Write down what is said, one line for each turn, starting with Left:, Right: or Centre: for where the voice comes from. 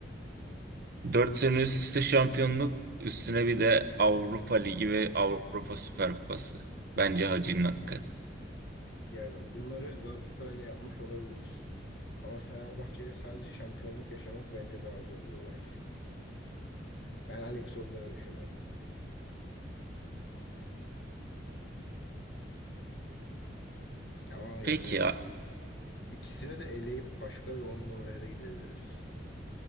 Right: 4 sene üst üste şampiyonluk, üstüne bir de Avrupa Ligi ve Avrupa Süper Kupası. Bence Hacı'nın hakkı.
Left: Yani bunları Galatasaray'la yapmış olabilir. Ama Fenerbahçe'yle sadece şampiyonluk yaşamak bence daha zor bir olay. Ben Alex olduğunu düşünüyorum. Ama
Right: Peki
Left: yani
Right: ya,
Left: ikisini de eleyip başka bir on numaraya da gidebiliriz.